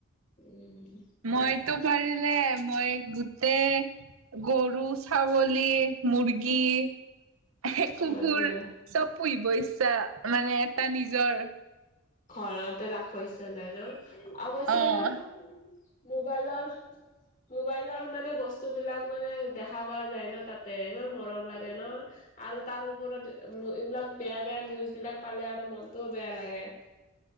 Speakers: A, on the left; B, on the right.
A: উম
B: মইতো পাৰিলে মই গোটেই গৰু ছাগলী। মৰ্গী কুকুৰ,
A: হয় দিয়া
B: চব পুহিব ইচ্ছা মানে এটা নিজৰ,
A: ঘৰতে ৰাখব ইচ্ছা যায় ন অৱশ্যে
B: অ
A: ইমান। মোবাইলৰ মোবাইলৰ মানে বস্তু বিলাক। মানে দেখা পোৱা যায় ন তাতে ইমান মৰম লাগে ন। আৰু তাৰ ওপৰত এইবিলাক বেয়া বেয়া নিউজ বিলাক পালে আৰু মনতটোও বেয়া লাগে।